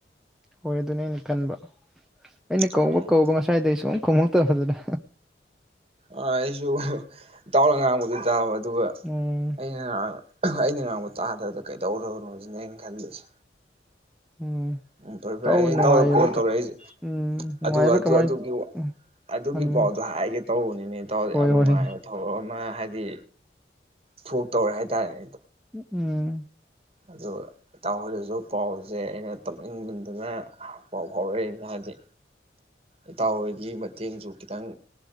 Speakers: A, in the centre; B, on the right (about 35°).
A: ꯍꯣꯏ ꯑꯗꯨꯅꯦ ꯑꯩꯅ ꯈꯟꯕ ꯑꯩꯅ ꯀꯧꯕ
B: ꯑꯣ
A: ꯀꯧꯕ ꯉꯁꯥꯏꯗꯒꯤꯩ ꯁꯨꯝ ꯀꯃ ꯇ ꯍꯧꯖꯤꯅ
B: ꯑ ꯑꯩꯁꯨ ꯆꯥꯎ ꯆꯕ ꯑꯗꯨꯒ
A: ꯎꯝ
B: ꯑꯩꯅ ꯉ ꯑꯩꯅ ꯉ ꯨ ꯇꯥꯗꯗ ꯀꯩꯗꯧꯔꯨꯔꯅꯣꯖꯤꯅꯦꯩꯅ ꯈꯜꯂꯤꯁꯦ
A: ꯎꯝ
B: ꯎꯝ ꯐꯔꯦ
A: ꯏꯇꯥꯎꯕꯨ
B: ꯐꯔꯦ ꯑꯩ
A: ꯅꯨꯡꯉꯥꯏꯔꯤꯕ꯭ꯔꯥ
B: ꯏꯇꯥꯎꯗ ꯀꯣꯜ ꯇꯧꯔꯛꯏꯁꯦ
A: ꯀꯃꯥꯏ ꯎꯝ ꯅꯨꯡꯉꯥꯏꯕ
B: ꯑꯗꯨꯒꯤ
A: ꯀꯃꯥꯏ
B: ꯑꯗꯨꯒꯤ
A: ꯃꯥꯅꯤ ꯃꯥꯅꯤ
B: ꯄꯥꯎꯗꯣ ꯍꯥꯏꯒꯦ ꯇꯧꯕꯅꯤꯅꯦ ꯏꯇꯥꯎꯗ
A: ꯍꯣꯏ
B: ꯌꯥꯝ
A: ꯍꯣꯏ
B: ꯅꯨꯡꯉꯥꯏꯕ ꯊꯧꯔ ꯑꯃ ꯍꯥꯏꯗꯤ ꯊꯣꯛꯇꯧꯔꯦ ꯍꯥꯏꯇꯥꯔꯅꯦ
A: ꯎꯝ
B: ꯑꯗꯨ ꯏꯇꯥꯎꯍꯣꯏꯗꯁꯨ ꯄꯥꯎꯁꯦ ꯑꯩꯅ ꯇꯞꯅꯤꯡꯃꯟꯗꯨꯅ ꯄꯥꯎ ꯐꯥꯎꯔꯛꯏꯅꯦ ꯍꯥꯏꯕꯗꯤ ꯏꯇꯥꯎ ꯍꯣꯏꯒꯤ ꯃꯇꯦꯡꯁꯨ ꯈꯤꯇꯪ